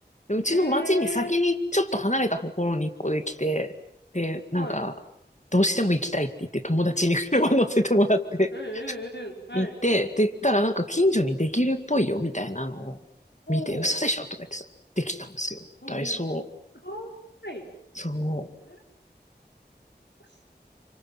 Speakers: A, on the left (about 40°); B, on the left (about 80°).
A: で、うちの町に先にちょっと離れたところに一個できて、
B: へえ。
A: で、
B: はい。
A: なんか、どうしても行きたいって言って友達に車乗せてもらって
B: うんうんうん。はい。
A: 行って、で、言ったらなんか近所にできるっぽいよみたいなのを見て、
B: おお。
A: 嘘でしょとか言ってさできたんですよ。
B: うんうん。
A: ダイソー。
B: すごい。
A: そう。
B: 羨ましい。